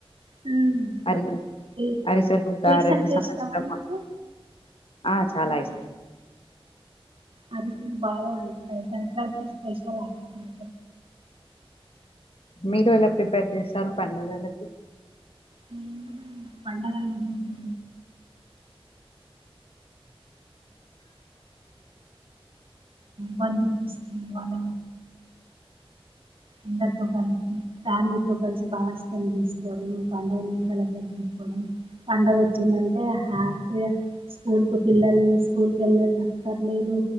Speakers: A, on the right (about 65°); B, on the left (about 70°).
A: హ్మ్.
B: అరి
A: ఏ
B: అరిసెలు
A: స్వీట్స్
B: గారెలు
A: అంటే
B: సంవసర
A: ఇష్టమా నీకు
B: మొత్తం ఆ చాలా
A: హ్మ్.
B: ఇష్టం
A: అరిసెలు బాగా ఉంటాయి సంక్రాంతి స్పెషల్ అరిసెలు
B: మీరు ఎలా ప్రిపేర్ చేస్తారు పండుగలకి
A: ఏ పండగాలంలోంచ బంధువు వస్తే వాళ్ళ అందరితో కలిపి ఫ్యామిలీతో కలిపి మ బాస్ పం తీసుకోవడం పండుగని పండగ వచ్చిందంటే హ ఏ స్కూల్ స్కూల్ కి వెళ్ళాల పర్లేదు